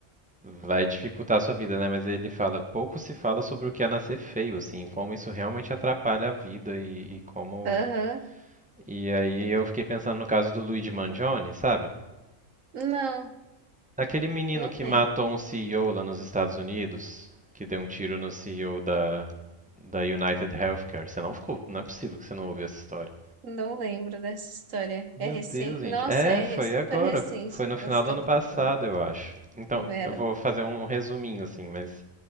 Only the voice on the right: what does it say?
Aham.
Não,
não
lembro.
Não lembro dessa história.
É recente?
Nossa,
é
re- super
recente,
então
estou
por
fora.
Que merda.